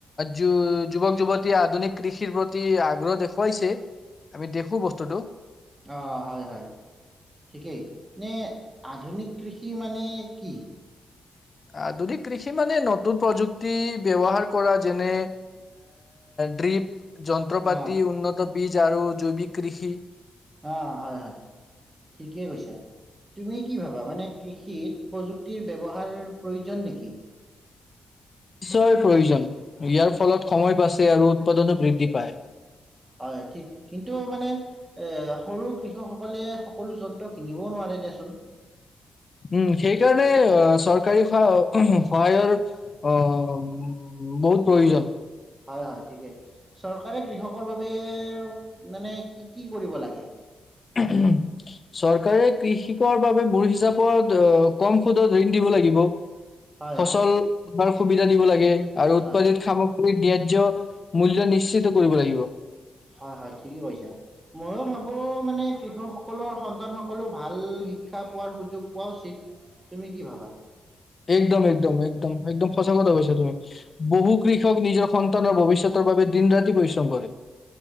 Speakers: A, on the left; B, on the right.
A: য যুৱক যুৱতীয়ে আধুনিক কৃষিৰ প্ৰতি আগ্ৰহ দেখুৱাইছে আমি দেখো বস্তুটো।
B: অঁ', হয় -হয় ঠিকেই নে আধুনিক কৃষি মানে কি?
A: আধুনিক কৃষি মানে নতুন প্ৰযুক্তি ব্যৱহাৰ কৰা যেনে ড্ৰিপ যন্ত্ৰপাতি
B: অঁ
A: উন্নত বীজ আৰু জৈৱিক কৃষি
B: অঁ', হয় - হয় ঠিকেইে কৈছা। তুমি কি ভাবা মানে কৃষিত প্ৰযুক্তিৰ ব্যৱহাৰৰ প্ৰয়োজন নেকি?
A: নিশ্চয় প্ৰয়োজন ইয়াৰ ফলত সময় বাচে আৰু উৎপাদনো বৃদ্ধি পায়।
B: হয়', ঠিক কিন্তু মানে সৰু কৃষকসকলে সকলো যন্ত্ৰ কিনিবও নোৱাৰে দিয়াচোন।
A: উম', সেইকাৰণে চৰকাৰী স', সহায়ৰ অ', উ', বহুত
B: নপৰি
A: প্ৰয়োজন।
B: হয়- হয় ঠিকে চৰকাৰে কৃষকৰ বাবে মানে কি- কি কৰিব লাগে?
A: উহ', - উহ', চৰকাৰে কৃষিক বাবে মোৰ হিচাপত আহ', কম সুদত ঋণ দিব লাগিব।
B: হয়,
A: ফচল
B: হয়,
A: আমাৰ সুবিধা দিব লাগে। আৰু
B: হয়,
A: উৎপাদিত সামগ্ৰী মূল্য নিশ্চিত কৰিব লাগিব।
B: হয় -হয় ঠিকেই কৈছা ময়ো ভাবোঁ মানে কৃষকসকলৰ সন্তানসকলেও ভাল শিক্ষা পোৱাৰ সুযোগ পোৱা উচিত। তুমি কি ভাবা?
A: একদম - একদম - একদম- একদম সঁচা কথা কৈছা তুমি বহু কৃষক নিজৰ সন্তানৰ ভৱিষ্যতৰ বাবে দিন ৰাতি পৰিশ্ৰম কৰে।